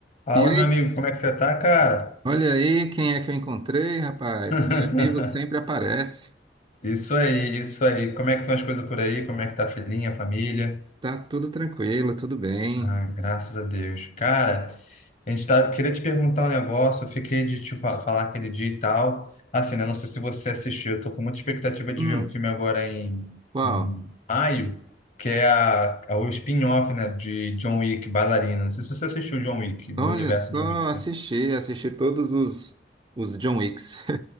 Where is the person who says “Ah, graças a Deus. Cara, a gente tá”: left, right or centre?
Left